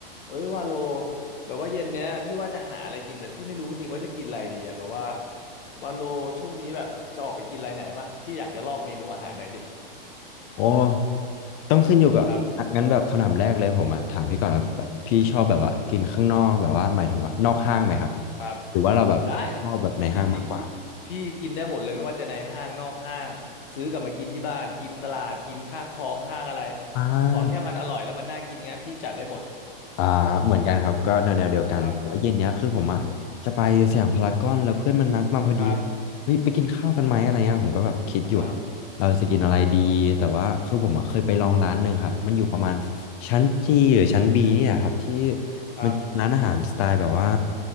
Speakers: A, on the left; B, on the left.
A: เอ้ยวาโลแบบว่าเย็นเนี้ยพี่ว่าจะหาอะไรกินแต่พี่ไม่รู้จริงๆว่าจะกินอะไรดีอะแบบว่าวาโลช่วงนี้แบบจะออกไปกินอะไรไหนป่ะพี่อยากจะลอกเมนูอาหารหน่อยดิ
B: โอ้ ต้องขึ้นอยู่กับอ่ะงั้นแบบคำถามแรกเลยผมอะถามพี่ก่อนแบบแบบพี่ชอบแบบว่ากินข้างนอกแบบว่าหมายถึงว่านอกห้างไหมครับ
A: <laughs> ครับครับ
B: หรือว่าเราแบบชอบแบบในห้างมากกว่า
A: ได้กินดีกินพี่กินได้หมดเลยไม่ว่าจะในห้างนอกห้างซื้อกลับมากินที่บ้านกินตลาดกินข้างคลองข้างอะไร
B: อ่า
A: ขอแค่มันอร่อยแล้วมันน่ากินไงพี่จัดได้หมด
B: อ่าเหมือนกันครับก็แนวแนวเดียวกันแต่ว่าเย็นเนี้ยคือผมอ่ะจะไปสยามพารากอนแล้วเพื่อนมันนัดมาพอดีว่าเฮ้ยไปกินข้าวกันไหมอะไรเงี้ยผมก็แบบคิดอยู่ว่าเราจะกินอะไรดีแต่ว่าคือผมอ่ะเคยไปลองร้านหนึ่งครับมันอยู่ประมาณ
A: ครับอืมครับอ่าฮะ
B: ชั้นจีหรือชั้นบีนี่แหละครับที่
A: ครับ
B: มันจะเป็นร้านอาหารสไตล์แบบว่า